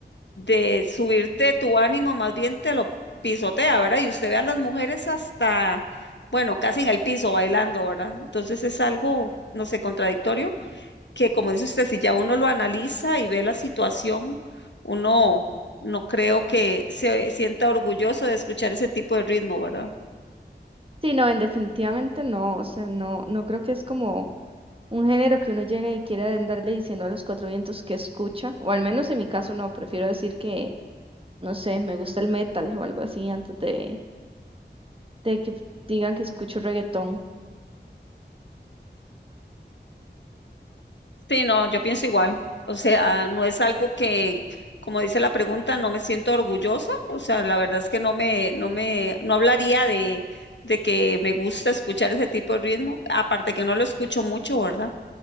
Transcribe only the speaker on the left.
de subirte tu ánimo, más bien te lo pisotea, ¿verdad? Y usted ve a las mujeres hasta, bueno, casi en el piso bailando, ¿verdad? Entonces es algo, no sé, contradictorio, que como dice usted, si ya uno lo analiza y ve la situación, uno no creo que se sienta orgulloso de escuchar ese tipo de ritmo, ¿verdad?
Sí, no, yo pienso igual. O sea, no es algo que, como dice la pregunta, no me siento orgullosa. O sea, la verdad es que no me, no me, no hablaría de, de que me gusta escuchar ese tipo de ritmo. Aparte que no lo escucho mucho, ¿verdad?